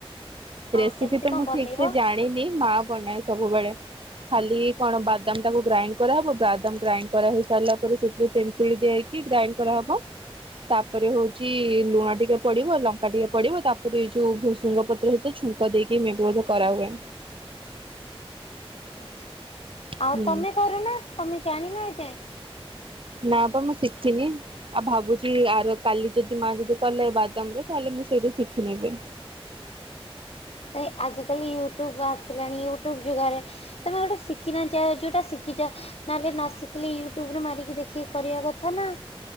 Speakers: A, on the left; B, on the right.
A: ହଁ
B: ରେସିପି
A: କେମିତି
B: ତ
A: କଣ
B: ମୁଁ
A: ବନେଇବ?
B: ଠିକ୍ ସେ ଜାଣିନି ମା ବନାଏ ସବୁବେଳେ। ଖାଲି କଣ ବାଦାମଟାକୁ ଗ୍ରାଇଣ୍ଡ କରାହେବ ବାଦାମ ଗ୍ରାଇଣ୍ଡ କରା ହେଇ ସାରିଲା ପରେ ସେଥିରେ ତେନ୍ତୁଳି ଦିଆ ହେଇ କି ଗ୍ରାଇଣ୍ଡ କରାହବ। ତାପରେ ହଉଚି ଲୁଣ ଟିକେ ପଡିବ ଲଙ୍କା ଟିକେ ପଡିବ ତାପରେ ଏଇ ଯୋଉ ଭୃସୁଙ୍ଗ ପ ତ୍ର ସହିତ ଛୁଙ୍କ ଦେଇକି ମେ ବି ବୋଧେ କରାହୁଏ।
A: ଆଛା ଆଉ
B: ହୁଁ
A: ତମେ କରୁନ ତମେ ଜାଣିନ ଏ ଯାଏଁ।
B: ନା ତ ମୁଁ ଶିଖିନି। ଆଉ ଭାବୁଚି ଆରେ କାଲି ଯଦି ମା ଯଦି କଲେ ବାଦାମରେ ତାହେଲେ ମୁଁ ସେଇଠୁ ଶିଖି ନେବି।
A: ଏ ଆଜିକାଲି ୟୁଟ୍ୟୁବ ଆସିଲାଣି ୟୁଟ୍ୟୁବ ଯୁଗରେ ତମେ ଗୋଟେ ଶିଖିନ ଯାଏଁ ଯୋଉଟା ଶିଖିଛ ନହେଲେ ନ ଶିଖିଲେ ୟୁଟ୍ୟୁବରେ ମାରିକି ଦେଖିକି କରିଆ କଥା ନା।